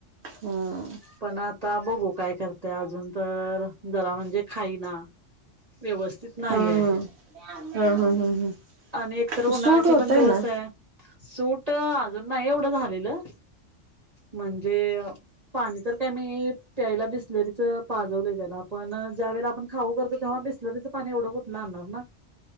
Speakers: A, on the right; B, on the right.
A: हम
B: पण आता बघू काय करतेय अजून तर जरा म्हणजे खाईना व्यवस्थित नाहीय
A: हम्म हम्म हम्म हम्म
B: आणि एकतर उन्हाळ्याचे
A: सूट होतय
B: पण दिवस
A: ना
B: आहे सूट अजून नाही एवढं झालेलं म्हणजे पाणी तर काय मी प्यायला बिसलेरीच पाजवलं त्याला आपण ज्या वेळेला आपण खाऊ करतो तेव्हा बिस चं पाणी एवढं कुठलं आणणार ना